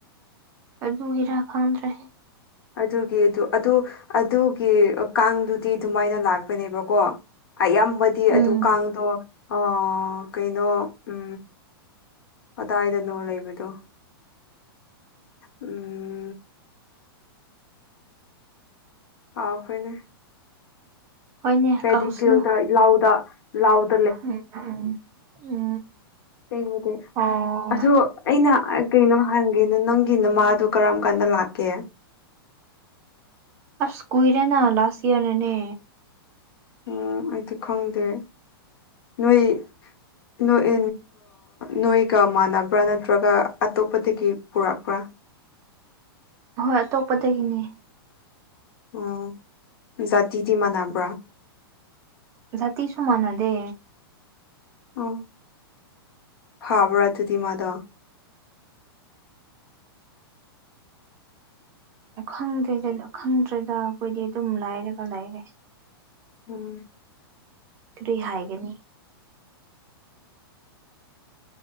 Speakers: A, on the right; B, on the left.
A: ꯑꯗꯨꯒꯤꯔꯥ ꯈꯪꯗ꯭ꯔꯦ
B: ꯑꯗꯨꯒꯤ ꯑꯗꯨ ꯑꯗꯨ ꯑꯗꯨꯒꯤ ꯑ ꯀꯥꯡꯗꯨꯗꯤ ꯑꯗꯨꯃꯥꯏꯅ ꯂꯥꯛꯄꯅꯦꯕꯀꯣ ꯑꯌꯥꯝꯕꯗꯤ ꯑꯗꯨ
A: ꯎꯝ
B: ꯀꯥꯡꯗꯣ ꯑꯣ ꯀꯩꯅꯣ ꯎ ꯀꯗꯥꯏꯗꯅꯣ ꯂꯩꯕꯗꯣ ꯎꯝ ꯀꯥꯎꯈ꯭ꯔꯦꯅꯦ
A: ꯍꯣꯏꯅꯦ
B: ꯄꯦꯗꯤꯐꯤꯜꯗ
A: ꯀꯧꯁꯅꯨ
B: ꯂꯥꯎꯗ ꯂꯥꯎꯗ꯫
A: ꯎꯝ ꯎꯝ ꯎꯝ
B: ꯀꯩꯕꯨꯗꯤ
A: ꯑꯣ
B: ꯑꯗꯣ ꯑꯩꯅ ꯑꯥꯏ ꯀꯩꯅꯣ ꯍꯪꯒꯦꯅ ꯅꯪꯒꯤ ꯅꯃꯥꯗꯣ ꯀꯔꯝ ꯀꯥꯟꯗ ꯂꯥꯛꯀꯦ
A: ꯑꯁ ꯀꯨꯏꯔꯦꯅ ꯂꯥꯁ ꯏꯌꯥꯔ ꯗꯅꯦ꯫
B: ꯎꯝ ꯑꯩꯗꯤ ꯈꯪꯗꯦ ꯅꯣꯏ ꯅꯣꯏ ꯅꯣꯏꯒ ꯃꯥꯟꯅꯕ꯭ꯔꯥ ꯅꯠꯇ꯭ꯔꯒ ꯑꯇꯣꯞꯄꯗꯒꯤ ꯄꯨꯔꯛꯄ꯭ꯔꯥ
A: ꯍꯣꯏ ꯑꯇꯣꯞꯄꯗꯒꯤꯅꯦ
B: ꯑꯣ ꯖꯥꯇꯤꯗꯤ ꯃꯥꯟꯅꯕ꯭ꯔꯥ
A: ꯖꯥꯇꯤꯁꯨ ꯃꯥꯟꯅꯗꯦ
B: ꯑꯣ ꯐꯥꯕ꯭ꯔꯥ ꯑꯗꯨꯗꯤ ꯃꯥꯗꯣ꯫
A: ꯈꯪꯗꯦꯗ ꯈꯪꯗ꯭ꯔꯦꯗ ꯑꯩꯈꯣꯏꯗꯤ ꯑꯗꯨꯝ ꯂꯥꯏꯔꯒ ꯂꯩꯔꯦ
B: ꯎꯝ
A: ꯀꯔꯤ ꯍꯥꯏꯒꯅꯤ